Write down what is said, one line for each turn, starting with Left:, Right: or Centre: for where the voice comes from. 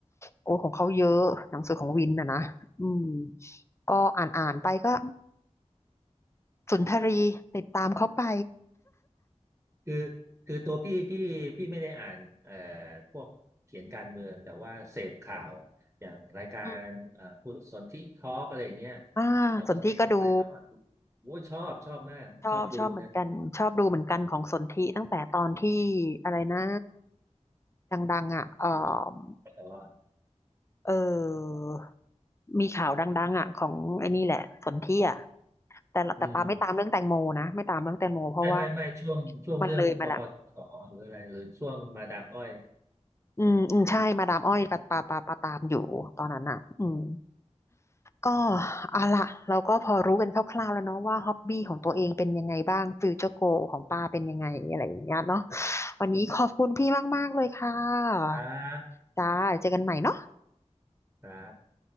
Left: โอ้ของเขาเยอะหนังสือของวินนะนะอืมก็อ่านอ่านไปก็สุนทรีติดตามเขาไป
Right: คือคือตัวพี่พี่พี่ไม่ได้อ่านเอ่อพวกเขียนการเมืองแต่ว่าเสพข่าวอย่างรายการเอ่อผู้สนที่ทอล์กอะไรอย่างเงี้ย
Left: อืมอ่าสนธิก็ดู
Right: เราก็เสพไปแล้วก็โอ้ยชอบชอบมากชอบดูนะ
Left: ชอบชอบเหมือนกันชอบดูเหมือนกันของสนธิตั้งแต่ตอนที่อะไรนะดังๆอ่ะเออ
Right: แต่ว่า
Left: เออมีข่าวดังๆอ่ะของไอ้นี่แหละสนธิอ่ะแต่ละแต่ปาไม่ตามเรื่องแตงโมนะไม่ตามเรื่องแตงโมเพราะว่า
Right: อืมไม่ไม่ไม่ช่วงช่วงเรื่องกปต
Left: มันเลยมาแล้ว
Right: หรืออะไรหรือช่วงมาดามอ้อย
Left: อืมอืมใช่ มาดามอ้อยปะปะปะปะตามอยู่ตอนนั้นอ่ะอืมก็เอาละ เราก็พอรู้กันคร่าวๆแล้วเนาะว่าฮ็อบบี้ของตัวเองเป็นยังไงบ้างฟิวเจอร์โกของป้าเป็นยังไงอะไรอย่างเงี้ยเนาะวันนี้ขอบคุณพี่มากๆเลยค่ะ
Right: ครับ
Left: จ้าเจอกันใหม่เนาะ
Right: ครับ